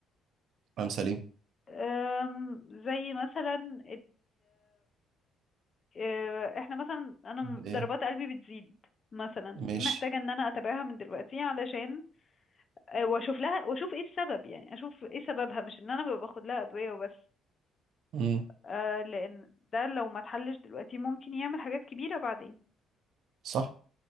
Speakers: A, on the right; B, on the left.
A: كلام سليم
B: أم، زي مثلا آه، احنا مثلا انا
A: ايه
B: ضربات قلبي بتزيد مثلا
A: ماشي
B: دي محتاجة ان انا اتابعها من دلوقتي علشان آه، واشوف لها واشوف ايه السبب يعني اشوف ايه سببها مش ان انا ببقى باخد لها ادوية وبس
A: مم.
B: آه، لان ده لو ما اتحلش دلوقتي ممكن يعمل حاجات كبيرة بعدين
A: صح